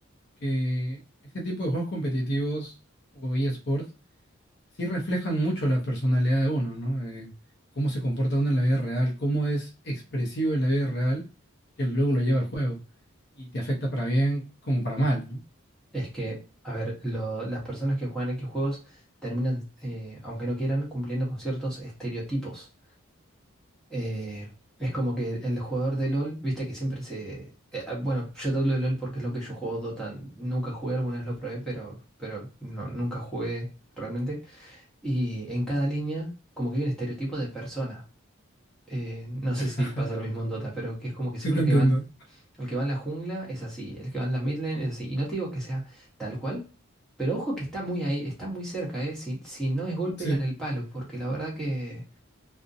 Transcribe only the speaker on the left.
que este tipo de juegos competitivos o eSports sí reflejan mucho la personalidad de uno, ¿no? Eh, cómo se comporta uno en la vida real, cómo es expresivo en la vida real, que luego lo lleva al juego. Y te afecta para bien como para mal, ¿no?
<laughs>
Sí, te entiendo.
Sí,